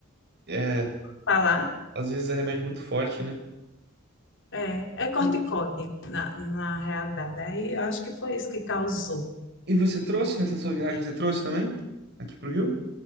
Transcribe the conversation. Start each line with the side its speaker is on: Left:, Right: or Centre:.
Right: É,
Left: Falar?
Right: às vezes é remédio muito forte, né?
Left: É, é corticoide,
Right: E,
Left: na, na realidade. Aí eu acho que foi isso que causou.
Right: e você trouxe nessa sua viagem, você trouxe também? Aqui pro Rio?